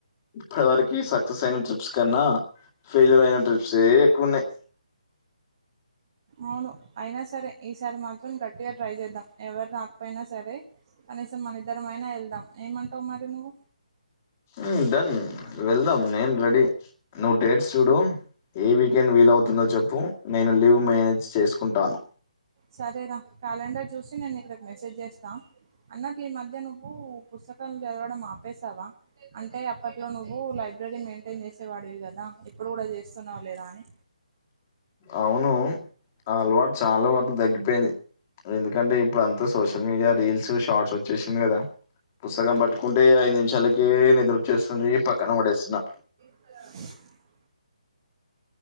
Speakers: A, on the left; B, on the right.
A: ఇప్పటి వరకి సక్సెస్ అయిన ట్రిప్స్ కన్నా ఫెయిల్యూర్ అయిన ట్రిప్స్ ఏ ఎక్కువ ఉన్నాయి
B: అవును అయినా సరే ఈసారి మాత్రం గట్టిగా ట్రై చేద్దాం ఎవరు రాకపోయినా సరే కనీసం మన ఇద్దరం అయినా వెళ్దాం ఏమంటావు మరి నువ్వు
A: ఉమ్ డన్ వెళ్దాం నేను రెడీ నువ్వు డేట్స్ చూడు ఏ వీకెండ్ వీలవుతుందో చెప్పు నేను లీవ్ మేనేజ్ చేసుకుంటాను
B: సరేరా క్యాలెండర్ చూసి నేను రేపు మెసేజ్ చేస్తా అన్నటు ఈ మధ్య నువ్వు పుస్తకాలను చదవడం ఆపేసావా అంటే అప్పట్లో నువ్వు లైబ్రరీ మెయింటైన్ చేసేవాడివి కదా ఇప్పుడు కూడా చేస్తున్నావ లేదా అని
A: అవును ఆ అలవాటు చాలా వరకు తగ్గిపోయింది ఎందుకంటే ఇప్పుడు అంతా సోషల్ మీడియా రీల్స్ షార్ట్స్ వచ్చేసింది కదా పుస్తకం బట్టి పడుకుంటే ఐదు నిమిషాలకి నిద్ర వచ్చేస్తుంది పక్కన పడేస్తున్నా
B: అలాగే